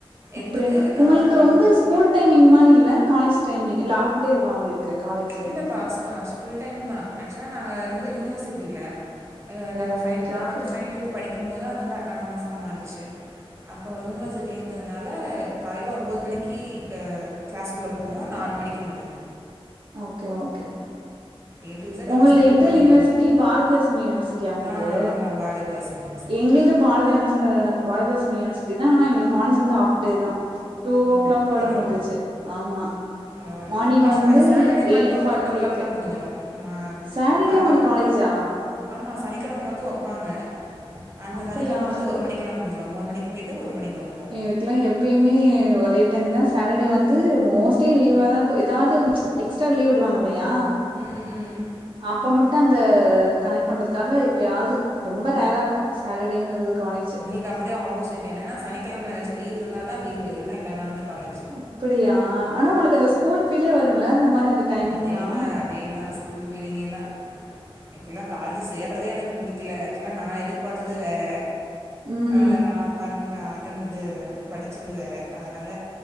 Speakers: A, on the right; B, on the right.
A: அப்டியா
B: எடுத்துட்டு
A: உங்களுக்கு ரொம்ப ச ஸ்கூல் டைமிங் மாரி இல்ல காலேஜ் டைமிங் இல்ல ஆஃப் டேவா அவங்களுக் க்கு காலேஜ்
B: இல்ல பாஸ் ஸ்குவ ஃபுல் டைம் தா ஆக்சுவலா நாங்க இருந்தது யூனிவர்சிட்டியில அ
A: ஓ
B: நாங்க ஃபைன்
A: ஓகே
B: நா
A: ஓகே
B: வந்து ஃபைனல் இயர் படிக்கம்போது தா அது வந்து அட்டோனாமஸா மாறுச்சு அப்போ யூனிவர்சிட்டி இருந்ததுனா ல காலையில ஒம்போது மணிக்கி க க்ளாஸ்க்குள்ள போவோ நாலு மணிக்கி முடியு
A: okay okay
B: A to Z
A: உங்கள்து
B: அந்த ஸ்கூல்
A: எந்த
B: மாதிரியே
A: யூனிவர்சிட்டி
B: தான் போகும்
A: பாரதிதாசன் யூனிவர்சிட்டியா உங்கள்து
B: ஆ ஆமாம் பாரதிதாசன் யூனிவர்சிட்டி
A: எங்கள் து பாரதியா அ பாரதிதாசன் யூனிவர்சிட்டி தா ஆனா எங்களுக் காலேஜ் வந்து ஆஃப் டே தா டூ வோ
B: ஓ
A: க்ளாக்
B: அப்படியா
A: ஓட முடுஞ்சுச்சு ஆமா
B: பரவாயில்ல
A: மார்னிங்
B: அ
A: வந்து
B: ச சாட்டர்டே
A: எயிட்
B: மட்டு
A: ஃபார்ட்டி
B: ஒன்
A: ஃபைவ்க்கு
B: ஓ கிளாக்லா முடிஞ்சிடு மா
A: சாட்டர்டே
B: வாரவாரொ
A: உங்களுக்கு காலேஜா
B: ஆமா சனிக்கெழம மட்டு வெப்பாங்க அந்த
A: அப்டியா
B: சனிக்கெழம வந்து ஒரு மணிக் க்லா முடிஞ்சிடு ஒம்போத் மணிக்கு போயிட்டு ஒரு மணிக் வந்து
A: நீ வெப் எங்களுக்லா எப்பயுமே ஒரே டைம் தா சாட்டடே வந்து மோஸ்ட்லி லீவாதா எதாவ்து எக்ஸ்ட்ரா லீவ் விடுவாங்க இல்லையா
B: ம் ம்
A: அப்போ மட்டு அந்த கனெக்ட் பண்றதுக்காக இப்ப யாவது ரொம்ப ரேரா இருக்கு சாட்டடேங்கிறது காலேஜு
B: ங்க அப்படியே ஆப்போசிட் என்னனா சனிக்கெழம எதாச்சு லீ்வு இருந்ததா லீ்வு இல்லனா எல்லா நாளுமே காலேஜு
A: அப்படியா ஆனா உங்களுக்கு அந்த ஸ்கூல் ஃபீல்லே வருல்ல இந்த மாரி அந்த டைமிங்லா
B: அதேதா அதேதா ஸ்கூல் ஃபீலிங்கே தா எனக்கல்லா காலேஜ் சேர ட்றதே எனக்கு புடிக்கல ஆக்சுலா நான் எதிர்பாத்தது வேற
A: ம்
B: ஆனா நா பண்ண அட்டன் இது படிச்சது வேற அதனால